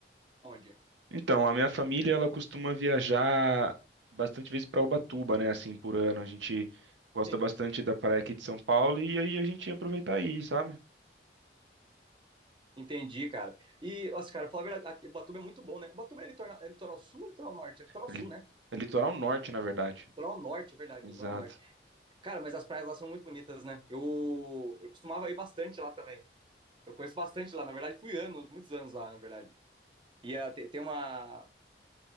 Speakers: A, on the right; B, on the right.
A: onde?
B: Então, a minha família, ela costuma viajar bastante vezes para Ubatuba, né, assim, por ano. A gente gosta
A: Sim,
B: bastante da praia aqui de São Paulo e aí a gente ia aproveitar aí, sabe?
A: entendi, cara. E, nossa, cara, falar a verdade, aqui, Botuba é muito bom, né? Botuba é litoral, é litoral sul ou litoral norte? É litoral
B: É
A: sul,
B: li-
A: né?
B: é litoral norte, na verdade.
A: Litoral norte, é verdade,
B: Exato.
A: litoral norte. Cara, mas as praias lá são muito bonitas, né? Eu, eu costumava ir bastante lá também. Eu conheço bastante lá, na verdade, fui anos, muitos anos lá, na verdade. E ah, tem, tem uma,